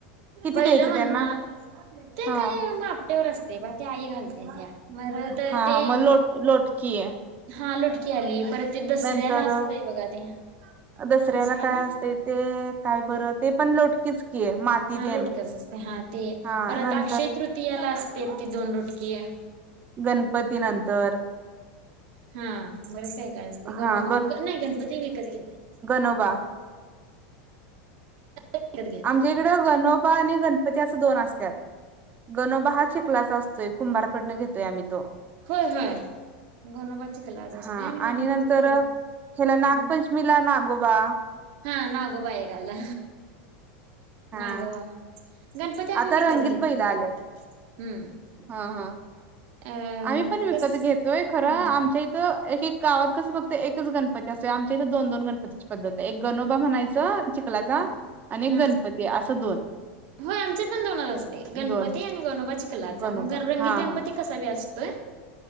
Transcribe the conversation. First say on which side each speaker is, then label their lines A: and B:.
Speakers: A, on the right; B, on the right.
A: किती
B: बैल,
A: द्यायचं
B: म्हणा.
A: त्यांना
B: ते
A: हा
B: काही मापट्यावर असते बा ते आई घालते त्या. मर त <inaudible> र
A: हा
B: ते
A: हा मग लोट लोटकी आहे
B: हा लुटकी आली परत. ते दुसऱ्याला
A: नंतर
B: असतयं बघा ते.
A: दसऱ्याला
B: दसऱ्या
A: काय असते ते काय बरं ते पण लोटकीच की आहे माती
B: हा
A: तेन
B: लुटकचं <unintelligible> <unintelligible> हा ते
A: हा
B: परत
A: नंतर
B: अक्षय तृतीयाला असते ती दोन रोटकीयां.
A: गणपती नंतर.
B: हा बरचं काही काय असते
A: हा
B: गन अंक नाही गणपती विकत घेते.
A: नबा <unintelligible>
B: विकत घेते
A: आमच्या इकडें. गणोबा आणि गणपती, असं दोन असतात गणोबा, हा चिखलाचा अस कुंभार कडण घेतोय आम्ही तो.
B: होय, होय. गणोबाची क्लास असतोय
A: हा आणि
B: गणपती
A: नंतर
B: काय
A: ह्याला नागपंचमीला
B: हम्म
A: नागोबा.
B: हा नागोबा आहे निघाला.
A: हा
B: नागोबा. गणपती आम्ही
A: आता
B: विकत
A: रंगीत
B: घेतो
A: बैला आल्यात
B: हम्म
A: हा हा.
B: अ
A: आम्ही पण विकत
B: कस
A: घेतोय खरं
B: हम्म
A: आमच्या इथं गावात कसं फक्त एकच गणपती असतोय, आमच्या इथे दोन दोन गणपतीची पद्धत आहे एक गणोबा म्हणायचं आणि चिखलाचा
B: हम्म
A: आणि
B: हा
A: गणपती असं दोन.
B: होय आमच्यात पण दोनच असते, गणपती
A: दोन
B: आणि गणोबा चिखलाचा
A: गणोबा
B: मग रंगीत
A: हा
B: गणपती
A: हा
B: कसा बी असतोय.